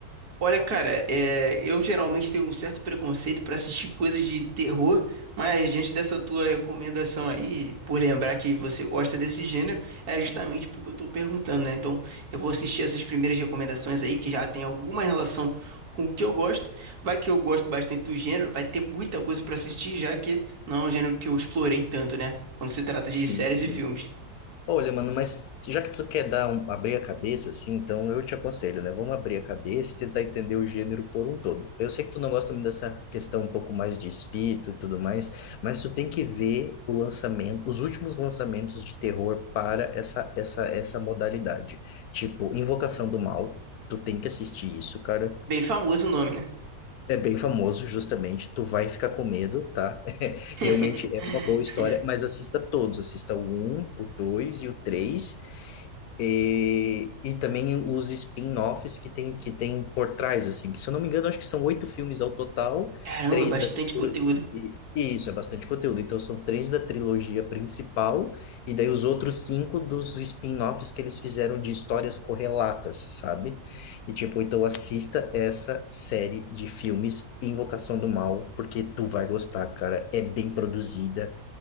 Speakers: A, on the right; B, on the left.
A: Olha, cara, é, eu geralmente tenho um certo preconceito para assistir coisas de terror, mas diante dessa tua recomendação aí, por lembrar que você gosta desse gênero, é justamente porque eu tô perguntando, né? Então, eu vou assistir essas primeiras recomendações aí que já tem alguma relação com o que eu gosto. Vai que eu gosto bastante do gênero, vai ter muita coisa para assistir, já que não é um gênero que eu explorei tanto, né? Quando se trata de
B: Sim,
A: séries
B: sim.
A: e filmes.
B: Olha, mano, mas já que tu quer dar um, abrir a cabeça, assim, então eu te aconselho, né? Vamos abrir a cabeça e tentar entender o gênero por um todo. Eu sei que tu não gosta muito dessa questão um pouco mais de espírito e tudo mais, mas tu tem que ver o lançamento, os últimos lançamentos de terror para essa, essa, essa modalidade. Tipo, Invocação do Mal, tu tem que assistir isso, cara.
A: Bem famoso o nome, né?
B: É bem famoso, justamente. Tu vai ficar com medo, tá? <laughs>
A: <laughs>
B: Realmente é uma boa história, mas assista todos. Assista o um, o 2 e o três E, e também os spin-offs que tem, que tem por trás, assim. Que, se eu não me engano, acho que são oito filmes ao total.
A: Caramba,
B: Três
A: bastante
B: da... trilo-
A: conteúdo.
B: E, e isso, é bastante conteúdo. Então, são três da trilogia principal. E daí os outros cinco dos spin-offs que eles fizeram de histórias correlatas, sabe? E tipo, então assista essa série de filmes Invocação do Mal, porque tu vai gostar, cara. É bem produzida